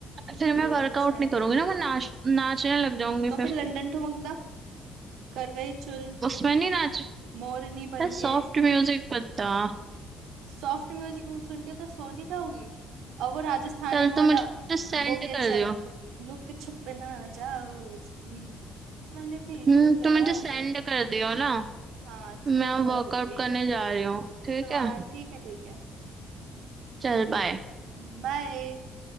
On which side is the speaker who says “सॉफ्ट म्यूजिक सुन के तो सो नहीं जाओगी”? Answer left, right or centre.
Right